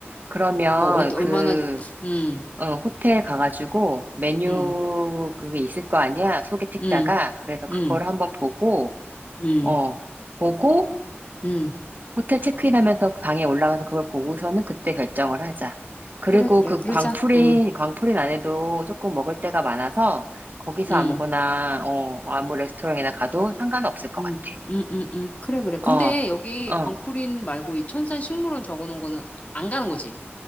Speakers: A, on the right; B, on the left.
A: 그러면
B: 어, 어,
A: 그,
B: 얼마나, 응,
A: 어, 호텔 가가지고 메뉴
B: 응,
A: 그게 있을 거 아니야? 소개 책자가.
B: 응,
A: 그래서 그거를
B: 응,
A: 한번 보고,
B: 응,
A: 어, 보고
B: 응.
A: 호텔 체크인하면서 방에 올라가서 그걸 보고서는 그때 결정을 하자. 그리고
B: 그래, 그래,
A: 그
B: 그러자.
A: 광프린,
B: 응,
A: 광프린 안에도 조금 먹을 데가 많아서 거기서
B: 응.
A: 아무거나, 어, 아무 레스토랑이나 가도 상관없을 것
B: 음,
A: 같아.
B: 음, 음, 음. 그래, 그래.
A: 어,
B: 근데 여기
A: 어.
B: 광풀인 말고 이 천산 식물원 적어 놓은 거는 안 가는 거지?